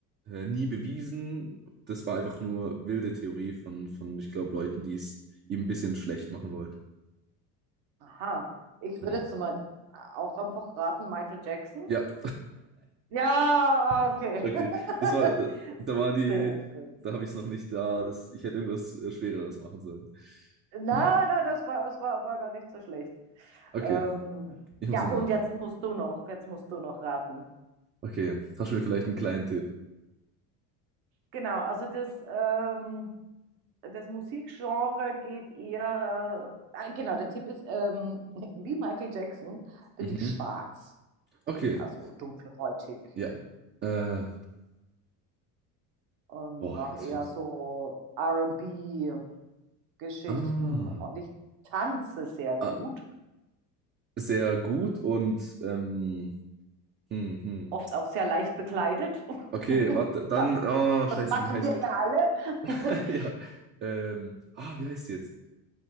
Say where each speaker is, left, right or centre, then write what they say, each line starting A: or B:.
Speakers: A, on the right; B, on the right.
A: äh, nie bewiesen. Das war einfach nur wilde Theorie von, von ich glaube, Leuten, die es ihm ein bisschen schlecht machen wollten.
B: Aha. Ich
A: Mhm.
B: würde jetzt mal auch einfach raten, Michael Jackson.
A: Ja,
B: Ja,
A: <laughs>
B: okay.
A: okay. Das war, da,
B: <laughs>
A: da war die,
B: Sehr gut,
A: da
B: sehr
A: habe ich
B: gut.
A: es noch nicht da. Das, ich hätte irgendwas äh, Schwereres machen sollen.
B: Na,
A: Ja.
B: na, das war, das war, war gar nicht so schlecht.
A: Okay,
B: Ähm,
A: ich
B: ja,
A: muss immer
B: und
A: noch.
B: jetzt musst du noch, jetzt musst du noch raten.
A: Okay, hast du mir vielleicht einen kleinen Tipp?
B: Genau, also das, ähm, das Musikgenre geht eher, äh, äh, genau, der Tipp ist, ähm, <laughs> wie Michael Jackson bin
A: Mhm.
B: ich schwarz,
A: Okay,
B: also dunkelhäutig
A: ja. Äh,
B: und
A: boah,
B: mache
A: jetzt
B: eher
A: fehlt.
B: so R&B-Geschichten und B-Geschichten
A: Ah.
B: und ich tanze sehr gut,
A: Ah, sehr gut und ähm, hm, hm.
B: oft auch sehr leicht bekleidet.
A: Okay,
B: <laughs>
A: warte, dann,
B: ja,
A: oh,
B: das
A: scheiße,
B: machen
A: wie heißt
B: wir
A: sie jetzt?
B: ja alle.
A: <laughs> Ja, ähm, ah, wie heißt sie jetzt?